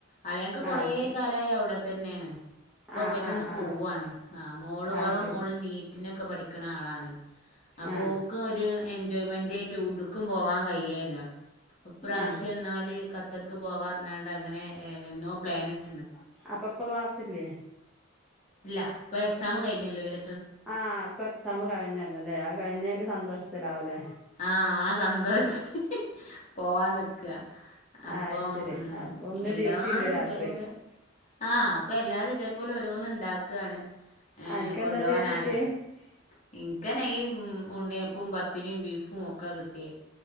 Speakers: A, on the left; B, in the centre.
A: അളിയാക്ക
B: ആ
A: കൊറേ
B: അത് ശരി
A: കാലായി അവടെ തന്നെണ് പ്പൊ
B: ആ
A: ഇവലൊന്ന്
B: ആ
A: പോവാണ്
B: ആ
A: ആഹ് മോള്
B: അത്
A: ഓളെ
B: ശരി
A: മോള് നീ റ്റ്‌നൊക്കെ പഠിക്ക്ണ ആളാണ്. അപ്പൊ
B: ആ
A: ഓക്ക് ഒരു എൻജോയ്മെന്റയിട്ട് എവ്ടുക്കും പോവാ കഴിയല്ല അപ്രാവശ്യംന്നാല്
B: ആ
A: ഖ ത്തർക്ക് പോവാറഞ്ഞ്കാണ്ട് അങ്ങനെഏഹ് വെന്നോ പ്ലാന് ഇ
B: ആഹ് അപ്പൊ പ്പ ക്ലാസ്ല്ല്ലേ?
A: ഇല്ല പ്പൊ എക്സാം കഴിഞ്ഞല്ലോ ഇരു
B: ആഹ് പ്പൊ എക്സാം കഴിഞ്ഞല്ലോല്ലേ അഹ് കഴിഞ്ഞേൻ്റെ സന്തോഷത്തിലാവുല്ലേ?
A: ആഹ് ആഹ് സന്തോഷ പോവാൻ നിക്കാ അപ്പൊ
B: ആഹ് ശരി
A: ഉം
B: അപ്പൊ ഒന്ന്
A: എല്ലാരുന്തെങ്കിലും
B: ഡ്യൂട്ടി ഉണ്ട് രാത്രി
A: ആഹ് അപ്പൊ എല്ലാരും ഇതേപോലെ ഓരോന്ന്ണ്ടാക്കാണ് ഏഹ്
B: അനക്കെന്താ
A: കൊണ്ടോകാൻ
B: ഡ്യൂട്ടി
A: ആണല്ല
B: കിട്ടിയേ
A: ഇൻക്കെന്നെ ഈ ഉം ഉണ്ണിയപ്പോം പത്തിരീം ബീഫും ഒക്കെ കിട്ടിയേ.